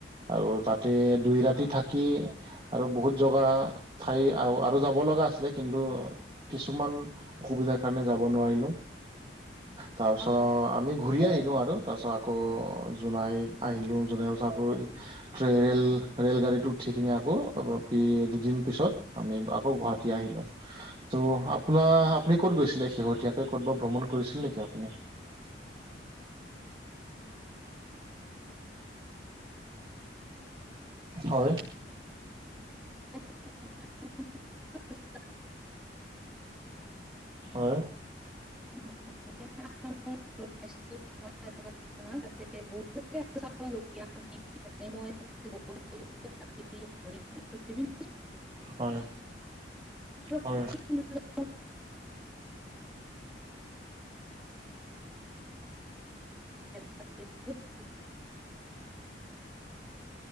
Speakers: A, on the right; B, in the centre.
A: আৰু তাতে দুই ৰাতি
B: অ
A: থাকি আৰু বহুত জগা ঠাই আৰু যাব লগা আছিলে কিন্তু। কিছুমান অসুবিধাৰ কাৰণে যাব নোৱাৰিলোঁ তাৰপিছত
B: অ
A: আমি ঘূৰি আহিলোঁ আৰু তাৰ পিছত আকৌ জোনাই আহিলোঁ জোনাই পছ আকৌ ৰেল ৰেল গাড়ীতো উঠি কিনে আকৌ দুদিন তাৰপিছত আমি আকৌ গুৱাহাটী আহিলোঁ ত' আপোনাৰ আপুনি ক'ত গৈছিলে শেহতীয়াকে ক'ত বা ভ্ৰমণ কৰিছিল নেকি আপুনি হয়
B: <inaudible>
A: হয়
B: <inaudible> ইয়াৰ ত মোৰ <inaudible> <unintelligible> <unintelligible>
A: হয়
B: <unintelligible> <unintelligible>
A: হয়
B: তাতে বহুত